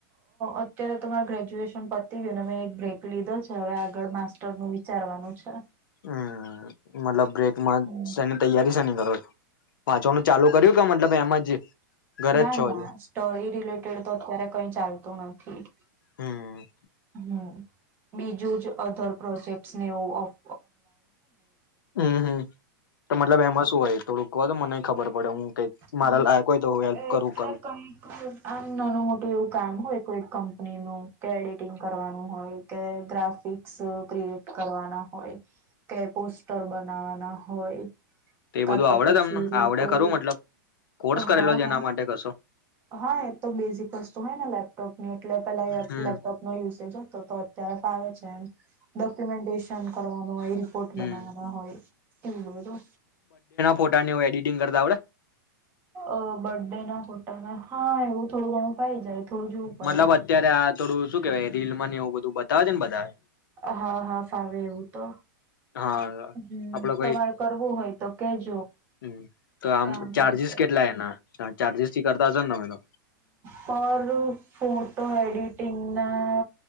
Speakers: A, on the right; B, on the left.
A: અત્યારે તમાર ગ્રેજ્યુએશન પતી ગયું મેં એક બ્રેક લીધો છે હવે આગળ માસ્ટરનું વિચારવાનું છે.
B: હમ મતલબ બ્રેક માત્ર
A: હમ.
B: સૈની તૈયારી સૈની બ વાંચવાનું ચાલુ કર્યું કે મતલબ એમ જ ઘરે
A: ના
B: જ છો
A: ના
B: હજુ
A: સ્ટડી રિલેટેડ તો અત્યારે કઈ ચાલ તો નથી ઠીક
B: હમ
A: હમ બીજું જ અધર પ્રોજેક્ટ ને એવું ઓફ
B: હમ હમ તો મતલબ એમાં શું હોય થોડુંક કો તો મને ખબર પડે હું કઈક
A: હમમ
B: મારા લાયક હોય તો હું હેલ્પ
A: એટલે
B: કરું કરું
A: આમ નાનું મોટું એવું કામ હોય કોઈ કંપ કંપની નું કે એડિટિંગ કરવાનું હોય કે ગ્રાફિક્સ ક્રિએટ કરવાના હોય કે પોસ્ટર બનાવાના હોય.
B: એ
A: કા
B: બધું
A: તો
B: આવડે
A: પછી
B: તમને આવડે
A: કોઈ
B: ખરું મતલબ કોર્સ કરેલો
A: હા
B: છે
A: હા
B: એના માટે કશો
A: હા એ તો બેઝિક વસ્તુ હોય ને લેપટોપની એટલે પેલા
B: હમ
A: લેપટોપ નો યુસેજ જ તો તો અત્યારે ફાવર ડોક્યુમેન્ટેશન કરવાનું હોય રિપોર્ટ
B: હમ
A: બનાવવાના હોય એવું બધું
B: ફોટાની એવુ એડિટિંગ કરતા આવડે
A: અ બર્ડેના હા એવું થોડું ઘણું થય જાય. થોડું જોવું પડે
B: મતલબ અત્યારે આ થોડુ શું કેવાય રીલ માં ને એવું બધું બતાવે છે ને બધા
A: હા હા ફાવે એવું તો
B: હા અઆપડે
A: હમ
B: કોઈ
A: તમારે કરવું હોય તો કેજો
B: હમમ તો આમ
A: કામની
B: ચાજીસ
A: રીતે
B: કેટલા એના ચાર્જસ થી કરતા હસો ને તમે તો
A: પર ફોટો એડિટિંગના